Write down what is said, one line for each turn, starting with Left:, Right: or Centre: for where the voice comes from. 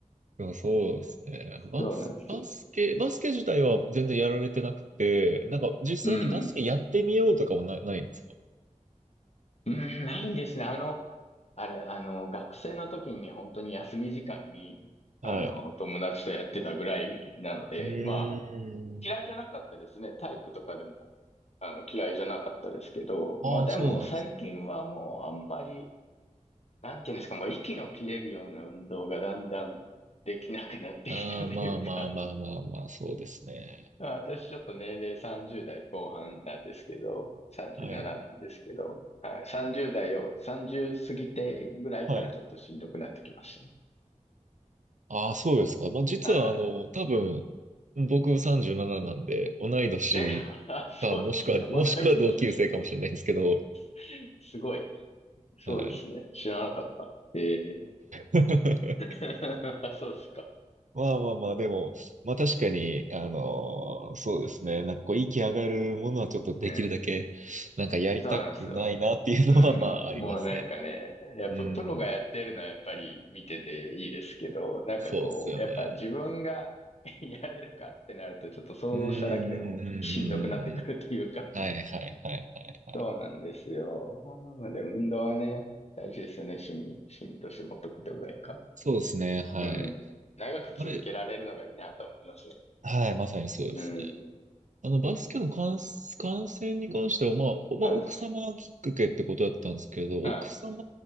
Right: でもそうですね。バス、
Left: そうなんです。
Right: バスケ、バスケ自体は全然やられてなくて、なんか実際にバスケやってみようとかもな、
Left: うん。
Right: ないんですか
Left: うん、ないですね。あの、あれ、あの、学生の時に本当に休み時間に、
Right: はい。
Left: あの、友達とやってたぐらいなので、
Right: うー
Left: まあ、
Right: ん。
Left: 嫌いじゃなかったですね。体育とかでも、あの、嫌いじゃなかったですけど、
Right: ああ、
Left: まあでも最近はもうあんまり、
Right: そうなんですね。
Left: なんていうんですか、もう息の切れるような運動がだんだんできなくなってきたというか、
Right: ああ、まあまあまあまあまあ、そうですね。
Left: <laughs> まあ私ちょっと年齢30代後半なんですけど、37なななんですけど、
Right: はい。
Left: はい、30代を、30過ぎてぐらいからちょっとしんどくなってきましたね。
Right: はい。ああ、そうですか。まあ実はあの、
Left: はい
Right: 多分、僕37なななんで、同い年
Left: え、<laughs> そうですか、
Right: か、もしくは、もしくは同級生かもしれないんですけど、
Left: 同い年です。<laughs> すごい。そうですね。
Right: はい
Left: 知らなかった。ええ
Right: <laughs>
Left: <laughs> あ、そうですか。
Right: まあまあまあ、でも、まあ確かに、あのーそうですね。なんかこう、息上がるものはちょっとできるだけ、
Left: うん。
Right: なんかやりたくないなっていうのは、
Left: そうなんですよ。うん。
Right: まあありますね。
Left: もうなんかね、やっぱプロがやってるのはやっぱり見てていいですけど、
Right: うん。
Left: なんかこう、
Right: そうっすよね。
Left: やっぱ自分が <laughs> やれるかってなるとちょっと想像しただけでもしんどくなってくるというか。
Right: うん、うん、うん、うん、うんうん。はい、はい、はい、はい、
Left: <laughs>
Right: はい。
Left: そうなんですよ。まあでも運動はね、大事ですよね。趣味、趣味として持っとくってぐらいか。
Right: そうですね、はい。
Left: うん。長く続けられるのがいいなと思いますね。
Right: あれ、はい、まさにそうですね。
Left: うん。
Right: あの、バスケの観、観戦に関しては、まあ、おまあ、
Left: はい。
Right: 奥様きっかけってことだったんですけど、
Left: はい
Right: 奥様